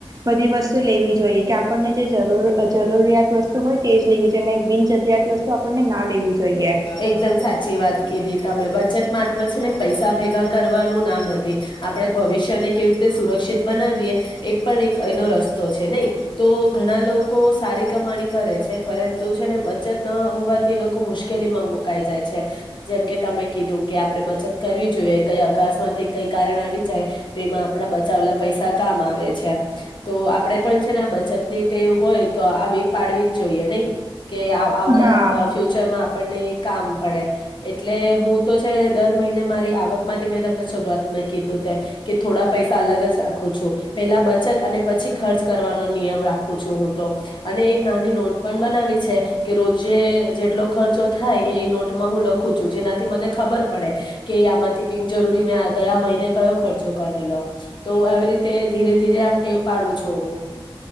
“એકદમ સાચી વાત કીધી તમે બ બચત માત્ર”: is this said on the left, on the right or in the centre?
Left